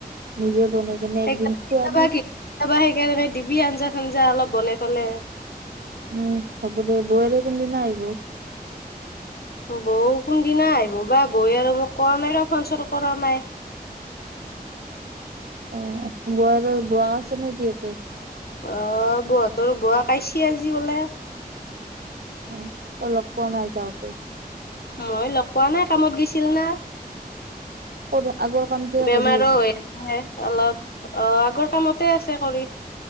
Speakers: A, on the right (about 85°); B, on the left (about 80°).
A: নিজে বনাইকেনে
B: সেইকাৰণে
A: একদিন খুৱাবি।
B: কেতিয়াবা কি কেতিয়াবা সেইকাৰণে দিবি আঞ্জা-চাঞ্জা, অলপ বনাই পেলে।
A: উম, হব দে। বৌৱেৰে কোনদিনা আহিব?
B: বৌ কোনদিনা আহিব বা? বৌৱে আৰু মোক কৰা নাই ৰ'। ফোন-চন কৰা নাই। <inaudible>
A: অ' বৌৱেৰৰ বোৱাক আছে নেকি এতে?
B: অ' বৌহঁতৰো বৌৱা পাইছি আজি বোলে।
A: অ'। তই লগ পোৱা নাই যাওঁতে?
B: মই লগ পোৱা নাই। কামত গৈছিলোঁ না?
A: কৰ আগৰ কামটোৱে
B: বেমাৰো
A: কৰি
B: হৈ আছে অলপ। অ' আগৰ কামতে আছে কৰি।